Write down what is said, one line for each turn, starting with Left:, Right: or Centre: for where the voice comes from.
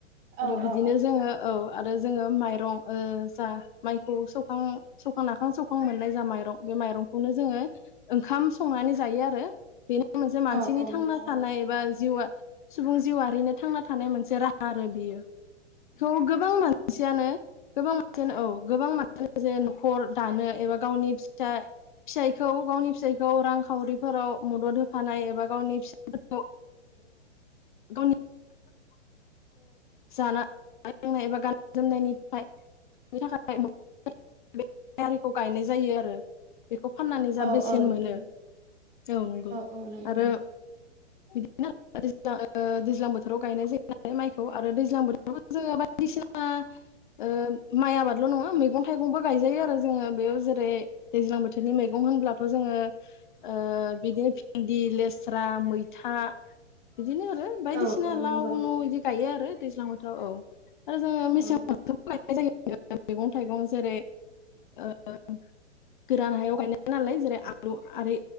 Right: औ
Left: आरो बिदिनो
Right: औ
Left: जोंङो औ आरो जोंङो माइरं ओ जा माइखौ सौखां सौखां नाखां सौखां मोननाय जा माइरं बे माइरंखौनो जोंङो ओंखाम संनानै जायो आरो बेनो मोनसे
Right: नोंथां
Left: मानसिनि
Right: औ
Left: थांना
Right: नोंथां
Left: थानाय एबा जिउआ सुबुं जिउआरिनो थांना थानाय मोनसे राहा आरो बियो खौ गोबां मानसियानो गोबां मानसियानो औ गोबां मानसियानो जे न खर दानो एबा गावनि फिसा-फिसायखौ गावनि फिसायखौ रांखावरिफोराव मदद होफानाय एबा गावनि फि फोरखौ ओ <unintelligible> गावनि जानाय लोंनाय एबा गाननाय जोमनायनि थाखाय <unintelligible> बे <unintelligible> आरिखौ गायनाय जायो आरो बेखौ फाननानै जा
Right: औ
Left: बेसेन
Right: औ नोंथां
Left: मोनो औ नंगौ
Right: औ नोंथां
Left: आरो बिदिनो आरोव <unintelligible> दैज्लां बोथोराव गायनाय जायोलाय माइखौ आरो दैज्लां बोथोराव जोङो बायदिसिना ओ माइ आबादल नङा मैगं-थाइगं मैगंबो गायजायो आरो जोङो बेयाव जेरै दैज्लां बोथोरनि मैगं होनब्लाथ जोङो ओ बिदिनो भिन्दि लेस्रा मैथा बिदिनो आरो बायदिसिना
Right: औ औ
Left: लाव
Right: नंगौ नोंथां
Left: उनु इदि गायो आरो दैज्लां बोथोराव औ आरो जोङो मेसें
Right: औ
Left: <inaudible> <unintelligible> मैगं थाइगं जेरै ओ गोरान हायाव गायनाय नालाय जेरै आलु-आरि